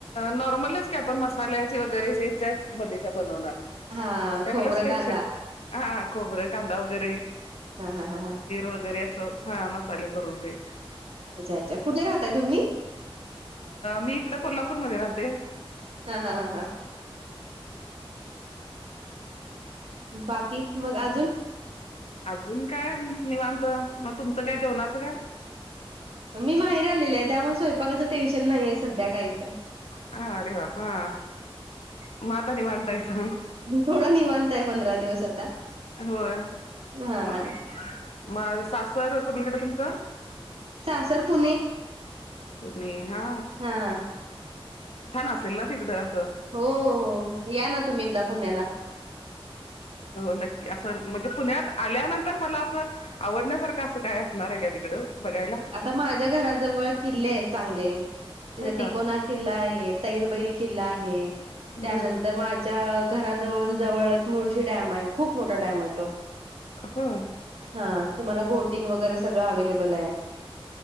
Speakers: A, on the left; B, on the right.
A: नॉर्मलच की आपण मसाल्याचे वगैरे हेच्या मध्येच बनवणार.
B: हां,
A: अस काय
B: खोबरं,
A: मला स्पेशल,
B: कांदा.
A: हा खोबरे कांदा वगैरे.
B: हा हा हा हा.
A: वगैर असं हा मसाले करून ते.
B: अच्छा अच्छा कुठे राहताय तुम्ही.
A: मी इकडं कोल्हापूर मध्ये राहते.
B: हा हा हा हा. बाकी मग अजून.
A: अजून काय निवांत मग, तुमचं काय जेवणाचं काय.
B: मी माहेरी आलेली त्यामुळं स्वयंपाकाचं टेन्शन नाही आहे सध्या काय इथं.
A: हा अरे वा हा मग आता निवांत हायसा.
B: थोडं निवांत आहे. पंधरा दिवस आता.
A: होय
B: हां.
A: मग मग सासर कोणीकडं तुमचं.
B: सासर पुणे.
A: पुणे हा
B: हां.
A: छान असेल ना तिकडं असं.
B: हो या ना तुम्ही एकदा पुण्याला.
A: नक्की असं म्हणजे, पुण्यात आल्यानंतर मला असं. आवडण्यासारखं असं काय असणार आहे. का तिकडं बघायला.
B: आता माझ्या घराजवळ किल्ले आहेत. चांगले तिथ
A: होय
B: तिकोणा.
A: का
B: किल्ला आहे तैलबैल किल्ला आहे. त्यानंतर
A: बर
B: मा च्या घराजवळ जवळच मुळशी डॅम आहे. खूप मोठा डॅम आहे तो.
A: होय.
B: हा तुम्हाला बोटिंग वगैरे, सगळं अव्हेलेबल आय.